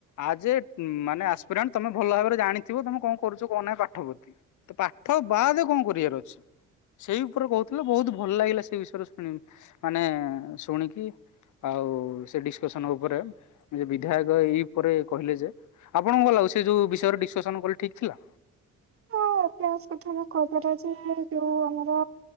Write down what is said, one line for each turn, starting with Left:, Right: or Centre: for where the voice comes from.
Left: ଆଜ ଏ ମାନେ ଆସ୍ପାରାଣ୍ଟ ତମେ ଭଲ ଭାବରେ ଜାଣିଥିବ ତମେ କଣ କରୁଚ କଣ ନାହିଁ ପାଠ ପ୍ରତି ତ ପାଠ ବାଦ କଣ କରିବାର ଅଛି ସେଇ ଉପରେ କହୁଥୁଲେ ବହୁତ ଭଲ ଲାଗିଲା ସେ ବିଷୟରେ ଶୁଣି ମାନେ ଶୁଣିକି ଆଉ ସେ ଡିସକସନ ଉପରେ ଯେ ବିଧାୟକ ଏଇ ଉପରେ କହିଲେ ଯେ ଆପଣଙ୍କୁ କଣ ଲାଗୁଛି ସେ ଯୋଉ ବିଷୟରେ ଡିସକସନ କଲେ ଠିକ ଥିଲା?
Right: ହଁ <unintelligible> କରବାର ଯେ ଯୋଉ ଆମର